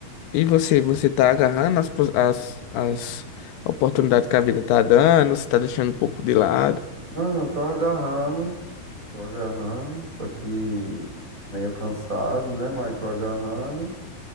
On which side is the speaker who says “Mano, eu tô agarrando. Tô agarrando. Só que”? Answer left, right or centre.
Right